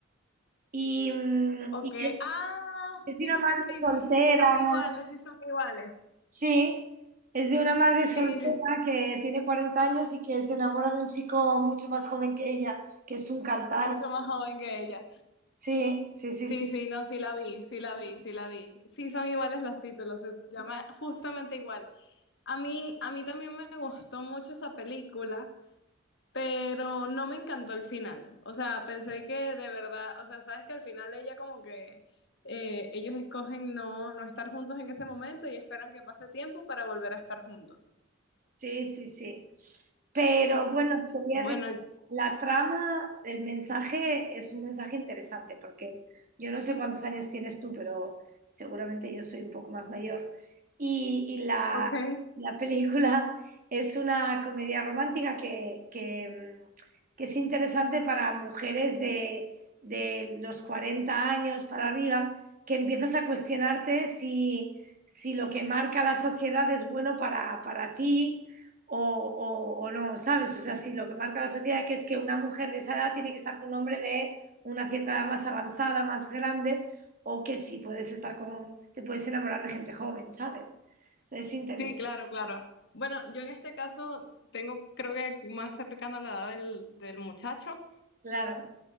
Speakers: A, on the right; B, on the left.
A: Y, mm,
B: Ok.
A: y es,
B: Ah,
A: es
B: sí,
A: una madre
B: sí, sí.
A: soltera.
B: Sí son iguales, sí son iguales.
A: Sí, es de una madre
B: Sí,
A: soltera
B: sí.
A: que tiene 40 años y que se enamora de un chico mucho más joven que ella, que es un cantante.
B: Mucho más joven que ella.
A: Sí, sí, sí,
B: Sí,
A: sí.
B: sí, no, sí la vi, sí la vi, sí la vi. Sí son iguales los títulos, se llama justamente igual. A mí, a mí también me gustó mucho esa película. Pero no me encantó el final. O sea, pensé que de verdad, o sea, sabes que al final ella como que eh, ellos escogen no, no estar juntos en ese momento y esperan que pase tiempo para volver a estar juntos.
A: Sí, sí, sí. Pero bueno, te voy
B: Bueno,
A: a decir, la trama, el mensaje es un mensaje interesante porque yo no sé cuántos años tienes tú, pero seguramente yo soy un poco más mayor. Y, y la,
B: ok.
A: la película <laughs> es una comedia romántica que, que, mm, que es interesante para mujeres de, de los 40 años para arriba, que empiezas a cuestionarte si, si lo que marca la sociedad es bueno para, para ti o, o- o no, ¿sabes? O sea, sí, lo que marca la sociedad que es que una mujer de esa edad tiene que estar con un hombre de una cierta edad más avanzada, más grande, o que sí puedes estar con, te puedes enamorar de gente joven, ¿sabes? Eso es interesante,
B: Sí, claro, claro. Bueno, yo en este caso tengo, creo que más cercana a la edad del, del muchacho.
A: claro.